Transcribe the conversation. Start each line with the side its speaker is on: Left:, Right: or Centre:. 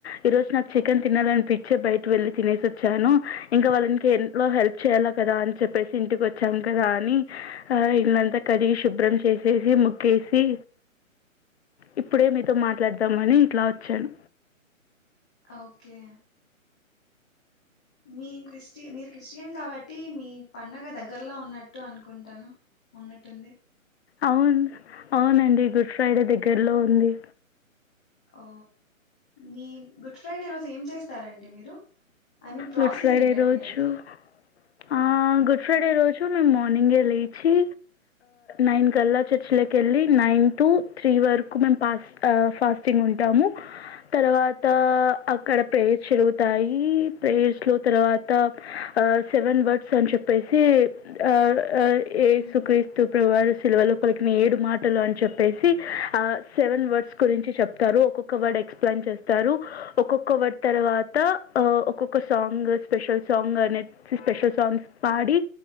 Left: ఈ రోజు నాకు చికెన్ తినాలని పిచ్చే బయట వెళ్ళి తినేసి వచ్చాను ఇంకా వాళ్ళకి ఎంట్లో హెల్ప్ చేయాలా కదా అని చెప్పేసి ఇంటికి వచ్చా కదా అని ఆ ఇల్లంతా కలిగి శుభ్రం చేసేసి ముగ్గేసి ఇప్పుడే మీతో మాట్లాడదామని ఇట్లా వచ్చాను.
Centre: ఓకే మీ క్రిస్టి మీరు క్రిస్టియన్ కాబట్టి మీ పండగ దగ్గరలో ఉన్నట్టు అనుకుంటాను. ఉన్నట్టుంది
Left: అవును అవునండి గుడ్ ఫ్రైడే దగ్గరలో ఉంది.
Centre: ఓ మీ గుడ్ ఫ్రైడే రోజు ఏం చేస్తారండి మీరు. I mean process
Left: good Friday
Centre: ఏంటండి
Left: రోజు
Centre: అది
Left: హ గుడ్ ఫ్రైడే రోజు మేము మార్నింగే లేచి నైన్ కల్లా చర్చ్ లో కెళ్ళి నైన్ టు త్రీ వరకు మేము పాస్ ఫాస్టింగ్ ఉంటాము తర్వాత అక్కడ పేర్ జరుగుతాయి ఈ ప్రేయర్స్ లో తర్వాత సెవెన్ వర్డ్స్ అని చెప్పేసి ఆ ఏసు
Centre: మ్మ్
Left: క్రీస్తు ప్రభువారు శిల్వలోపలికిన ఏడు మాటలు అని చెప్పేసి ఆ సెవెన్ వర్డ్స్ గురించి చెప్తారు ఒక్కొక్క వర్డ్ ఎక్స్ప్లెయిన్ చేస్తారు ఒక్కొక్క వర్డ్ తర్వాత ఒక్కొక్క సాంగ్ స్పెషల్ సాంగ్ అనే స్పెషల్ సాంగ్స్ పాడి